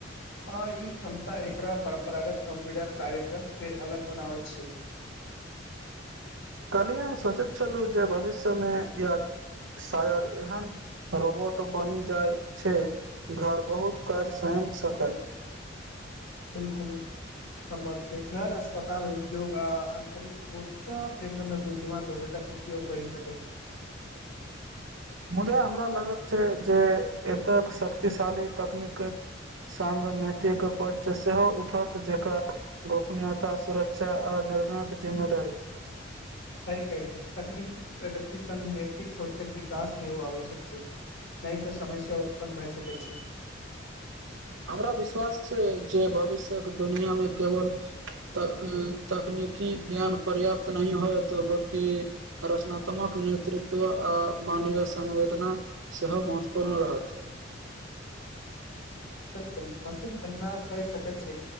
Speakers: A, on the left; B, on the right.
A: हां, इ क्षमता एक तरहक परम्परागत कम्प्युटर कार्यक्रम से अलग बनाबै छै।
B: काल्हिये हम सोचैत छलहुं जे भविष्यमे याद शायद एहन रोबोट बनि जाइ छै घर बहुत काज स्वयं सकय।
A: बिलकुल संभव छै घर, अस्पताल, उद्योग आ आंतरिक उत्सव क्षेत्रमे बुद्धिमान रोबोटक उपयोग बढ़ि सकैत छै।
B: मुदा हमरा लागैत छै जे एतेक शक्तिशाली तकनीकक संग नैतिक पक्ष सेहो उठत जकर गोपनीयता सुरक्षा आ निर्णयक जिम्मेदारी
A: सही कहलियै, तकनीकी प्रगति संग नैतिक सोचक विकास सेहोो आवश्यक छै, नहि त समस्या उत्पन्न भय सकै छै।
B: हमरा विश्वास छै जे भविष्य्यक दुनियामे केवल त तकनीकी ज्ञान पर्याप्त नहि होयत बल्कि रचनात्मक नेतृत्व आ मानवीय संवेदना सेहो महत्वपूर्ण रहत।
A: बिल्कुल मशीन गनना कहि सक- छै